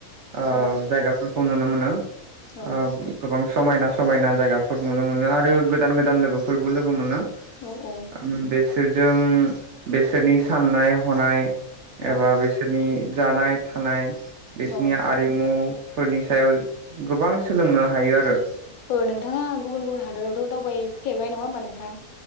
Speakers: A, on the right (about 65°); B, on the left (about 70°).
A: ओ
B: औ
A: जायगाफोर खौ नुनो मोनो।
B: औ
A: ओ गोबां समायना समायना जायगाफोर नुनो मोनो आरो गोदान गोदान लोगोफोरबो लोगो मोनो।
B: औ औ
A: ओम बेसोर जों बिसोरनि साननाय हनाय
B: औ
A: एबा बेसोरनि जानाय थानाय बिसोरनि
B: औ
A: आरिमु फोरनि सायाव गोबां सोलोंनो हायो आरो।
B: ओ नोंथाङा गुबुन गुबुन हादोरावथ' दावबाय फेरबाय नङा होमबा नोंथां?